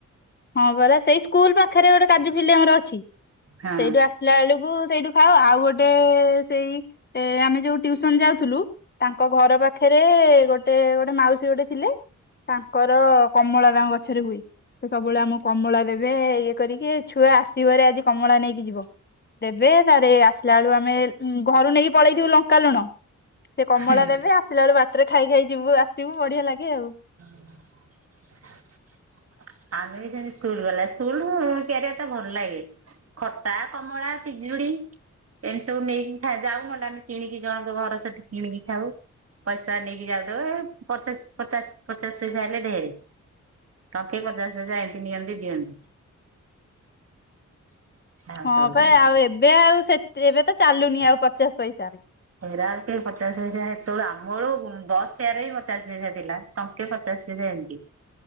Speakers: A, on the left; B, on the right.
A: ହଁ ପରା ସେଇ ସ୍କୁଲ ପାଖରେ ଗୋଟେ କାଜୁ ଫିଲ୍ଡି ଆମର ଅଛି
B: ହଁ।
A: ସେଇଠୁ ଆସିଲା ବେଳକୁ ସେଇଠୁ ଖାାଉ ଆଉ ଗୋଟେ ସେଇ ଏ ଆମେ ଯୋଉ ଟୁସନ ଯାଉଥିଲୁ। ତାଙ୍କ ଘର ପାଖରେ ଗୋଟେ ଗୋଟେ ମାଉସୀ ଗୋଟେ ଥିଲେ ତାଙ୍କର କମଳା ଗାଁ ଗଛରେ ହୁଏ। ସେ ସବୁବେଳେ ଆମକୁ କମଳା ଦେବେ ଇଏ କରିକି ଛୁଆ ଆସିବରେ ଆଜି କମଳା ନେଇକି ଯିବ। ଦେବେ ତାରେ ଆସିଲା ବେଳୁ ଆମେ ଘରୁ ନେଇକି ପଳେଇଥିବୁ ଲଙ୍କା ଲୁଣ ସେ କମଳା
B: ହୁଁ
A: ଦେବେ ଆସିଲା ବେଳୁ ବାଟରେ ଖାଇ ଖାଇ ଯିବୁ ଆସିବୁ ବଢିଆ ଲାଗେ ଆଉ।
B: ହୁଁ ଆମେ ବି ସେମତି ସ୍କୁଲ ଗଲା। ସ୍କୁଲ କ୍ୟାରିୟର ଟା ଭଲ ଲାଗେ ଖଟା, କମଳା, ପି ଜୁଳି ଏମିତି ସବୁ ନେଇକି ଯାଉ ନହେଲେ ଆମେ କିଣିକି ଜଣଙ୍କ ଘର ସେଠି କିଣିକି ଖାଉ। ପଇସା ନେଇକି ଯାଉଦବେ ପଚାଶ ପଚାଶ ପଚାଶ ପଇସା ହେଲେ ଢେରେ। ପଚାଶ ପଇସା ଏମିତି ନିଅନ୍ତି ଦିଅନ୍ତି। ଆଉ
A: ହଁ
B: ସବୁ
A: ପା ଆଉ ଏବେ ଆଉ ସେ ତ ଏବେ ତ ଚାଲୁନି ଆଉ ପଚାଶ ପଇସାରେ।
B: ଫେରା ସେ ପଚାଶ ପଇସା ସେତେବେଳୁ ଆମଳୁ ବସ ଫେୟାର ବି ପଚାଶ ପଇସା ଥିଲା ସଙ୍କେ ପଚାଶ ପଚାଶ ପଇସା ଏମିତି